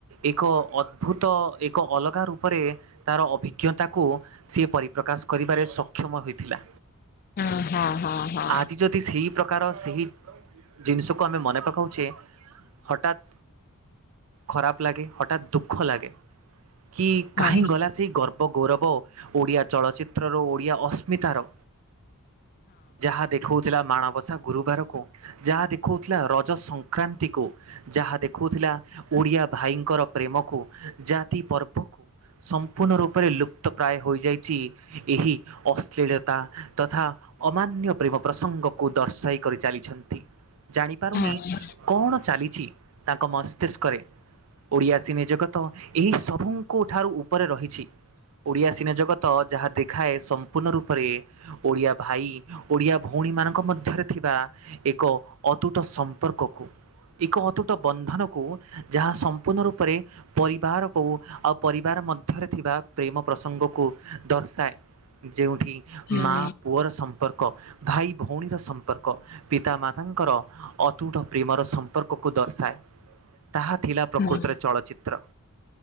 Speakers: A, on the right; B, on the left.
A: ଏକ ଅଦ୍ଭୁତ ଏକ ଅଲଗା ରୂପରେ ତାର ଅଭିଜ୍ଞତାକୁ ସିଏ ପରିପ୍ରକାଶ କରିବାରେ ସକ୍ଷମ ହୋଇଥିଲା।
B: ହଁ ହଁ ହଁ ହଁ।
A: ଆଜି ଯଦି ସେଇ ପ୍ରକାର ସେଇ ଜିନିଷକୁ ଆମେ ମନେ ପକାଉଛେ ହଠାତ୍ ଖରାପ ଲାଗେ ହଠାତ୍ ଦୁଃଖ ଲାଗେ କି
B: ହଁ
A: କାହିଁ
B: ହଁ
A: ଗଲା ସେଇ ଗର୍ବ ବ ଗୌରବ ଓଡିଆ ଚଳଚିତ୍ରର ଓଡିଆ ଅସ୍ମିତାର ଯାହା ଦେଖଉଥିଲା ମାଣବସା ଗୁରୁବାରକୁ ଯାହା ଦେଖାଉଥିଲା ରଜ ସଂକ୍ରାନ୍ତିକୁ ଯାହା ଦେଖଉଥିଲା ଓଡ଼ିଆ ଭାଇଙ୍କର ପ୍ରେମକୁ ଜାତି ପର୍ବ ସମ୍ପୂର୍ଣ୍ଣ ରୂପରେ ଲୁପ୍ତ ପ୍ରାୟ ହୋଇଯାଇଛି ଏହି ଅଶ୍ଳୀଳତା ତଥା ଅମାନ୍ୟ ପ୍ରେମ ପ୍ରସଙ୍ଗକୁ ଦର୍ଶାଇ କରି ଚାଲିଛନ୍ତି। ଜାଣିପାରୁନି
B: ହଁ ହଁ
A: କଣ ଚାଲିଛି ତାଙ୍କ ମସ୍ତିଷ୍କରେ ଓଡ଼ିଆ ସିନେ ଜଗତ ଏହି ସବୁଙ୍କ ଠାରୁ ଉପରେ ରହିଛି ଓଡିଆ ସିନେ ଜଗତ ଯାହା ଦେଖ ଖାଏ ସମ୍ପୂର୍ଣ୍ଣ ରୂପରେ ଓଡ଼ିଆ ଭାଇ ଓଡ଼ିଆ ଭଉଣୀମାନଙ୍କ ମଧ୍ୟରେ ଥିବା ଏକ ଅତୁଟ ସମ୍ପର୍କକୁ ଏକ ଅତୁଟ ବନ୍ଧନକୁ ଯାହା ସମ୍ପୂର୍ଣ୍ଣ ରୂପରେ ପରିବାର କ ଆଉ ପରିବାର ମଧ୍ୟରେ ଥିବା ପ୍ରେମ ପ୍ରସଙ୍ଗକୁ ଦର୍ଶାଏ। ଯେଉଁଠି
B: ହୁଁ
A: ମା ପୁଅର ସମ୍ପର୍କ ଭାଇ ଭଉଣୀର ସମ୍ପର୍କ ପିତାମାତାଙ୍କର ଅତୁଟ ପ୍ରେମର ସମ୍ପର୍କକୁ ଦର୍ଶାଏ। ତାହା ଥିଲା ପ୍ରକୃତରେ
B: ହୁଁ
A: ଚଳଚ୍ଚିତ୍ର।